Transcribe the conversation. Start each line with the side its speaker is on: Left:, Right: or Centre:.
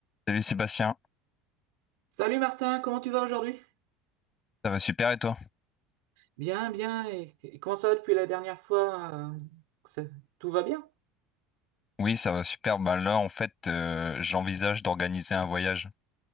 Left: Salut Sébastien,
Right: Salut Martin, comment tu vas aujourd'hui?
Left: ça va super et toi?
Right: Bien, bien. Et, et comment ça va depuis la dernière fois? euh, ça- tout va bien?
Left: Oui, ça va super. Ben là, en fait, euh, j'envisage d'organiser un voyage.